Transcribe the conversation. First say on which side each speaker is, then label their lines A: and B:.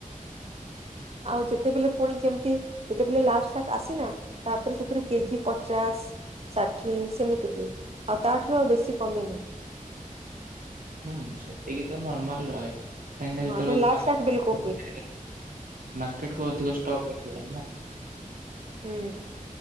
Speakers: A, on the right (about 45°); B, on the right (about 80°).
A: ଆଉ ଯେତେବେଳେ ପୁଣି ଯେମିତି ଯେତେବେଳେ ଲାଷ୍ଟ ସାଟ ଆସିଲା ତାପରେ ସେଥିରେ କେଜି ପଚାଶ। ଷାଠିଏ ସେମିତି ହୁଏ ଆଉ ତାଠାରୁ ଆଉ ବେଶୀ କମିନି।
B: ହୁଁ ସେତିକି ତ ନର୍ମାଲ ରହେ କାହିଁକି ନା
A: ହଁ
B: ଯେତେବେଳେ
A: ସେ
B: ଉତ୍ପାଦନ
A: ଲାଷ୍ଟ ଲାଷ୍ଟ
B: ହୁଏ
A: ବେଳକୁ
B: ମାର୍କେଟ କୁ ଅଧିକ ଷ୍ଟକ୍ ଆସି ଯାଏ ନା।
A: ହୁଁ।